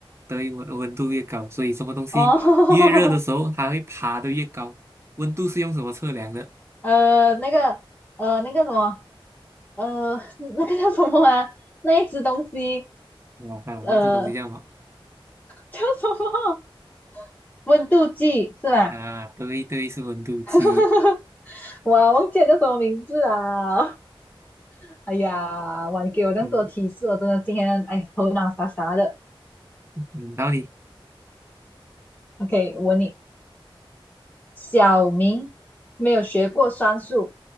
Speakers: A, on the right; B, on the left.
A: 对，温温度越高，所以什么东西越热的时候，
B: 哦，<laughs>
A: 它会爬得越高。温度是用什么测量的？
B: 呃，那个，呃，那个什么，呃，<laughs> 那个叫什么啊？那一只东西，
A: 对吧？啊，
B: 呃，
A: 那这东西这样么？
B: 叫什么？温度计是吧？
A: 啊，对对，是温度计。
B: <laughs> 我忘记了叫什么名字啊！哎呀，哇，你给我这么多提示，
A: 嗯
B: 我真的今天哎头脑傻傻的。
A: 嗯，到你。
B: OK，我问你，小明没有学过算术，